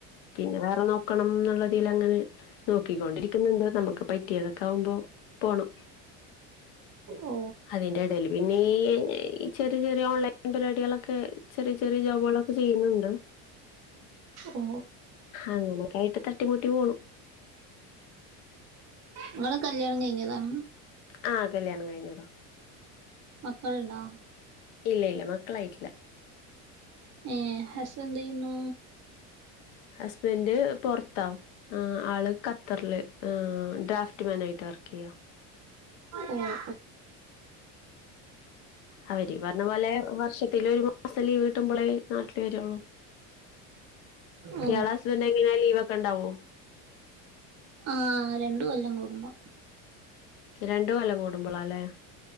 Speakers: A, on the left; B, on the right.
A: പിന്നെ വേറെ നോക്കണം ന്നുള്ളതില് അങ്ങനെ നോക്കിക്കൊണ്ടിരിക്കുന്നുണ്ട് നമുക്ക് പറ്റിയതൊക്കാഉമ്പോ പോണം.
B: ഓ ഓ
A: അതിന്റെടേല് പിന്നെ ഈ ചെറിയ റിയ ഓൺലൈൻ പരിപാടികളൊക്കെ ചെറിയചെറിയ ജോബുകളൊക്കെ ചെയ്യുന്നുണ്ട്.
B: ഓ
A: അങ്ങനൊക്കായിട്ട് ത ട്ടിമുട്ടി പോണു.
B: ങ്ങളെ കല്യാണംകഴിഞ്ഞതാണ്?
A: ആഹ് കല്യാണംകഴിഞ്ഞതാ.
B: മക്കള്ണ്ടാ?
A: ഇല്ല-ഇല്ല മക്കളായിട്ടില്ല
B: ഏ ഹസ്സെന്തെയ്യുന്നു
A: ഹസ്ബന്റ് പൊറത്താ ആള് ഖത്തറില് ഡ്രാഫ്റ്റ്മാനേജർ വർക്കെയ്യാ
B: ആ-ആ
A: അവര് പറഞ്ഞ പോലെ വർഷ ത്തിലൊ ഒരുമാസം ലീവ് കിട്ടുമ്പോളേ നാട്ടിൽ വരുള്ളൂ
B: ഓ ഓ
A: യാളെ ഹസ്ബൻഡ എങ്ങനെ ലീവോക്കെ ഇണ്ടാവോ
B: ആ രണ്ടു കൊല്ലം കൂടുമ്പോം
A: രണ്ടു കൊല്ലം കൂടുമ്പോളാല്ലേ